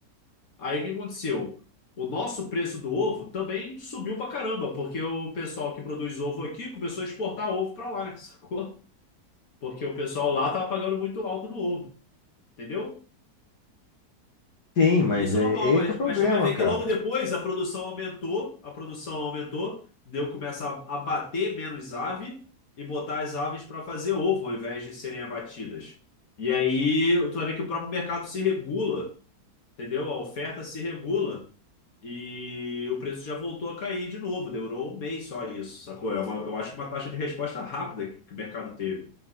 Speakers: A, on the left; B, on the left.
A: Aí o que aconteceu? O nosso preço do ovo também subiu pra caramba, porque o pessoal que produz ovo aqui começou a exportar ovo pra lá, <laughs> sacou? Porque o pessoal lá tava pagando muito alto no ovo, entendeu?
B: Sim, mas
A: E isso
B: é,
A: é normal,
B: é aí
A: mas,
B: que é o problema,
A: mas tu vai ver
B: cara.
A: que logo depois a produção aumentou, a produção aumentou, deu começa a abater menos ave e botar as aves para fazer ovo ao invés de serem abatidas. E aí tu vai ver que o próprio mercado se regula Entendeu? A oferta se regula e o preço já voltou a cair de novo. Demorou um mês só isso, sacou? É uma- eu acho que uma taxa de resposta rápida que, que o mercado teve.